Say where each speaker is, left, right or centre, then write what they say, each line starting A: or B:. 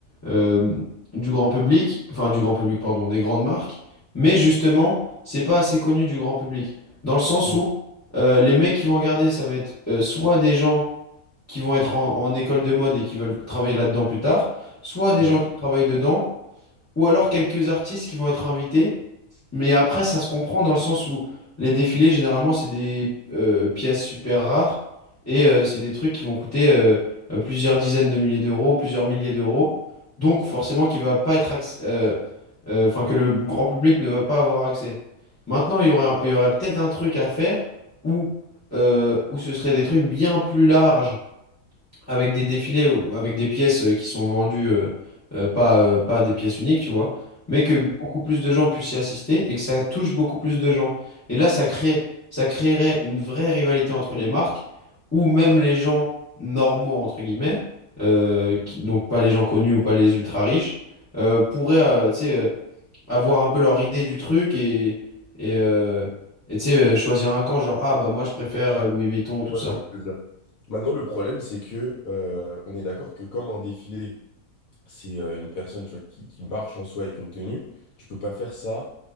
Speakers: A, on the left; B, on the left.
A: euh, du grand public, enfin du grand public, pardon, des grandes marques, mais justement, c'est pas assez connu du grand public, dans le sens
B: Mm,
A: où euh, les mecs qui vont regarder, ça va être euh, soit des gens qui vont être en, en école de mode et qui veulent travailler là-dedans plus tard, soit des
B: Ouais.
A: gens qui travaillent dedans, ou alors quelques artistes qui vont être invités. Mais après, ça se comprend dans le sens où les défilés, généralement, c'est des euh, pièces super rares et euh, c'est des trucs qui vont coûter euh, euh, plusieurs dizaines de milliers d'euros, plusieurs milliers d'euros. Donc, forcément, qui va pas être acc- euh, euh, enfin, que le grand public ne va pas avoir accès. Maintenant, il y aurait, il y aurait peut-être un truc à faire où, euh, où ce serait des trucs bien plus larges avec des défilés, ou avec des pièces euh, qui sont vendues, euh, euh, pas, euh, pas des pièces uniques, tu vois, mais que beaucoup plus de gens puissent y assister et que ça touche beaucoup plus de gens. Et là, ça crée, ça créerait une vraie rivalité entre les marques, où même les gens normaux, entre guillemets, euh, qui, donc pas les gens connus ou pas les ultra riches, euh, pourraient, euh, tu sais, euh, avoir un peu leur idée du truc et, et, euh, et, tu sais, euh, choisir un camp, genre, ah bah moi je préfère
B: Mm.
A: euh, Louis Vuitton, tout
B: vois
A: ça.
B: ce que tu veux dire. Maintenant, le problème, c'est que euh, on est d'accord que comme un défilé, c'est euh, une personne tu vois, qui, qui marche en soi avec une tenue, tu peux pas faire ça